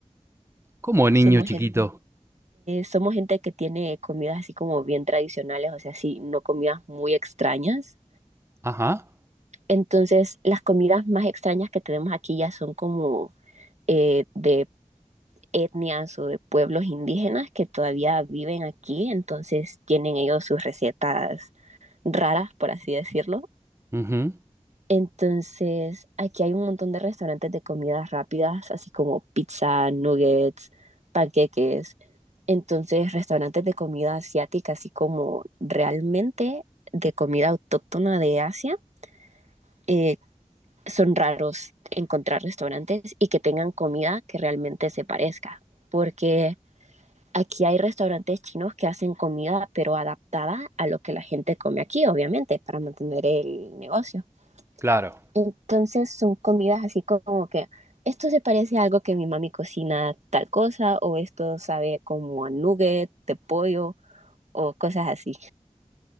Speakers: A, on the right (about 20°); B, on the right (about 70°).
A: Como niño
B: Somos
A: chiquito.
B: gente, somos gente que tiene comidas así como bien tradicionales, o sea, sí, no comidas muy extrañas
A: Ajá.
B: Entonces, las comidas más extrañas que tenemos aquí ya son como eh, de etnias o de pueblos indígenas que todavía viven aquí, entonces tienen ellos sus recetas raras, por así decirlo.
A: ujú,
B: Entonces, aquí hay un montón de restaurantes de comidas rápidas, así como pizza, nuggets, panqueques. Entonces, restaurantes de comida asiática, así como realmente de comida autóctona de Asia, eh, son raros encontrar restaurantes y que tengan comida que realmente se parezca, porque aquí hay restaurantes chinos que hacen comida pero adaptada a lo que la gente come aquí, obviamente, para mantener el negocio.
A: Claro.
B: Entonces son comidas así como que esto se parece a algo que mi mami cocina tal cosa o esto sabe como a nugget de pollo o cosas así.